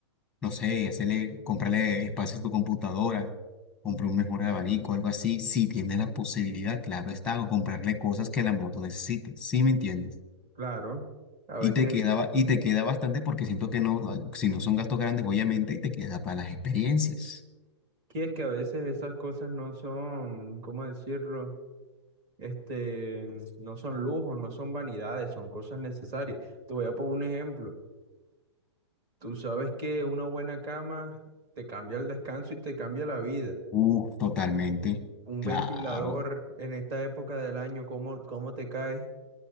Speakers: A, in the centre; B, on the right.
A: no sé, hacerle, comprarle espacio a tu computadora, comprar un mejor abanico, algo así, si tienes la posibilidad, claro está, o comprarle cosas que la moto necesite, ¿sí me entiendes?
B: Claro, a veces,
A: Y te quedaba, y te queda bastante porque siento que no, ah, si no son gastos grandes, obviamente, y te queda para las experiencias.
B: que es que a veces esas cosas no son, ¿cómo decirlo? Este, no son lujos, no son vanidades, son cosas necesarias. Te voy a poner un ejemplo. Tú sabes que una buena cama te cambia el descanso y te cambia la vida.
A: Uh, totalmente,
B: Un
A: claro.
B: ventilador en esta época del año, ¿cómo, cómo te caes